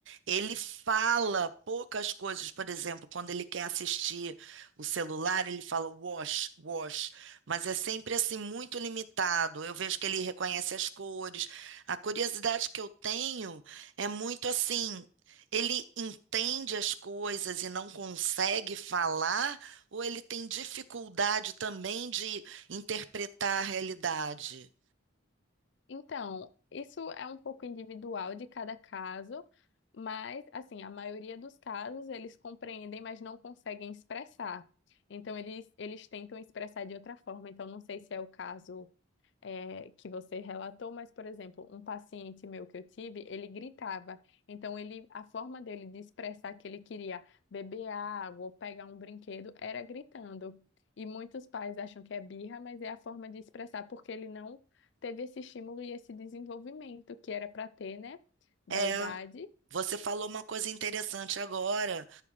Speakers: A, on the right; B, on the left.
A: Ele fala poucas coisas, por exemplo, quando ele quer assistir o celular, ele fala wash, wash, mas é sempre assim muito limitado. Eu vejo que ele reconhece as cores. A curiosidade que eu tenho é muito assim, ele entende as coisas e não consegue falar, ou ele tem dificuldade também de interpretar a realidade?
B: Então, isso é um pouco individual de cada caso, mas assim, a maioria dos casos eles compreendem, mas não conseguem expressar. Então, eles, eles tentam expressar de outra forma. Então, não sei se é o caso é, que você relatou, mas, por exemplo, um paciente meu que eu tive, ele gritava. Então, ele, a forma dele de expressar que ele queria beber água ou pegar um brinquedo era gritando. E muitos pais acham que é birra, mas é a forma de expressar, porque ele não teve esse estímulo e esse desenvolvimento que era para ter, né, da
A: É,
B: idade.
A: você falou uma coisa interessante agora,